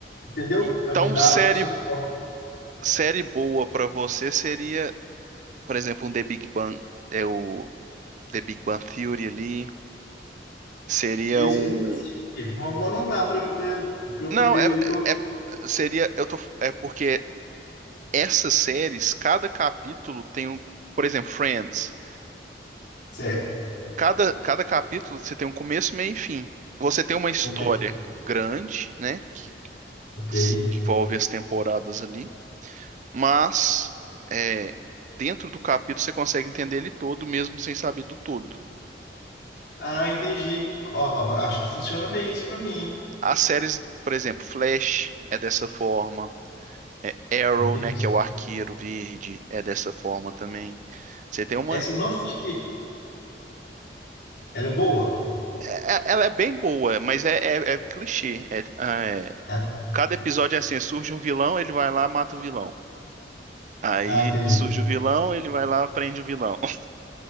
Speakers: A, on the left; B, on the right.
A: entendeu?
B: Então,
A: Para me dar
B: série
A: suporte.
B: série boa pra você seria, por exemplo, um The Big Bang, é o The Big Bang Theory ali, seria
A: E isso
B: um
A: eu nunca assisti. Vou vou anotar para eu poder, para eu
B: Não,
A: poder
B: é,
A: colocar.
B: é é, seria eu tô é porque essas séries, cada capítulo tem um, por exemplo, Friends.
A: Certo.
B: Cada cada capítulo você tem um começo, meio e fim. Você tem uma história
A: Ok.
B: grande, né, que
A: Ok.
B: s- envolve as temporadas ali, mas é, dentro do capítulo você consegue entender ele todo mesmo sem saber do todo.
A: Ah, entendi. Ó, acho que funciona bem isso para mim, hein?
B: As séries, por exemplo, Flash é dessa forma, é Arrow,
A: Entendi.
B: né, que é o arqueiro verde, é dessa forma também. Você tem uma,
A: Essa eu não assisti. Ela é boa?
B: é- é- ela é bem boa, mas é, é- é clichê. É- é-
A: Ah, tá.
B: cada episódio é assim, surge um vilão, ele vai lá, mata o vilão. Aí
A: Ah, entendi.
B: surge o vilão, ele vai lá, prende o vilão. <laughs>